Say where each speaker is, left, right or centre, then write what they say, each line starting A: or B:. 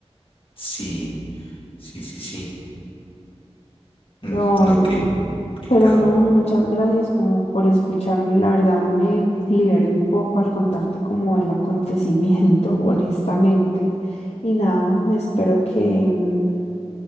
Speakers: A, on the left (about 55°); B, on the left (about 70°).
A: Sí, sí, sí, sí. Mm,
B: Pero,
A: No, qué complicado.
B: pero no, muchas gracias como por escucharme, la verdad me liberé un poco al contarte como el acontecimiento, <laughs> honestamente, y nada, espero que... mm,